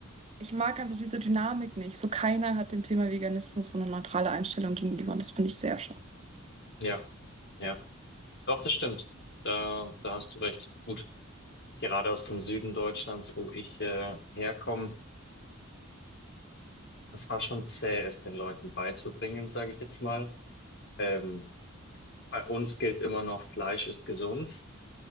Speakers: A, on the right; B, on the left.
A: ich mag einfach diese Dynamik nicht. So keiner hat dem Thema Veganismus so eine neutrale Einstellung gegenüber und das finde ich sehr schade.
B: Ja, ja. Doch, das stimmt. Da, da hast du recht. Gut. gerade aus dem Süden Deutschlands, wo ich äh, herkomme, das war schon zäh, es den Leuten beizubringen, sage ich jetzt mal. Ähm, bei uns gilt immer noch, Fleisch ist gesund